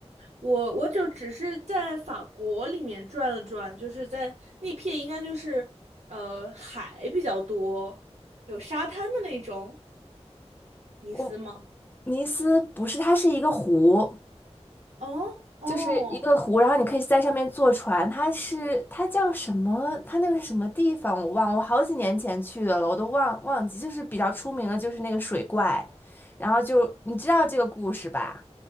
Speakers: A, on the right (about 80°); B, on the left (about 20°).
A: 我我就只是在法国里面转了转，就是在那片应该就是呃海比较多，有沙滩的那种，尼斯吗？
B: 我尼斯不是，它是一个湖。
A: 哦哦，
B: 就是一个湖，然后你可以在上面坐船。它是它叫什么？它那个是什么地方？我忘了我好几年前去的了，我都忘忘记。就是比较出名的，就是那个水怪，然后就你知道这个故事吧？